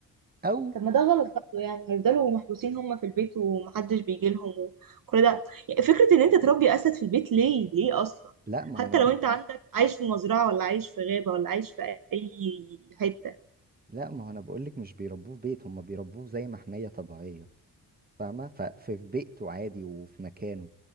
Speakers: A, on the right; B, on the right.
A: او
B: طب ما ده غلط برضه يعني هيفضلوا محبوسين هم في البيت ومحدش بيجي لهم وكل ده يعني فكرة ان انت تربي اسد في البيت ليه ليه اصلا
A: لا ما
B: حتى
A: انا
B: لو انت عندك عايش في مزرعة ولا عايش في غابة ولا عايش في اي حتة
A: لا ما هو انا بقولك مش بيربوه في بيت هم بيربوه زي محمية طبيعية فاهمة ففي في بيئته عادي وفي مكانه